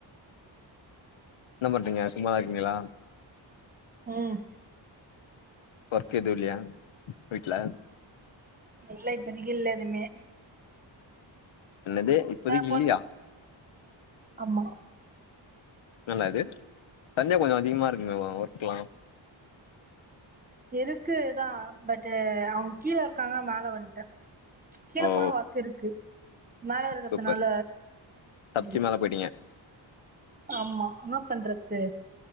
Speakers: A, on the left; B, on the right.
A: என்ன பண்றீங்க சும்மாதா இருக்கீங்களா
B: உம்
A: ஒர்க் ஏதும் இல்லையா வீட்ல
B: இல்ல இப்பதைக்கு இல்ல எதுவுமே
A: என்னது இப்பதைக்கு
B: போன
A: இல்லையா
B: ஆமா
A: என்னது சண்டே கொஞ்ச அதிகமா இருக்கு மே ஒர்க்கலா
B: இருக்குதா பட் அவங்க கீழே இருக்காங்க மேல வந்துட்ட கீழ
A: ஓ
B: போன ஒர்க்க இருக்கு மேல இருக்கதுனால
A: சூப்பர் தப்ச்சி
B: இல்ல
A: மேல போயிட்டீங்க
B: ஆமா என்ன பண்றது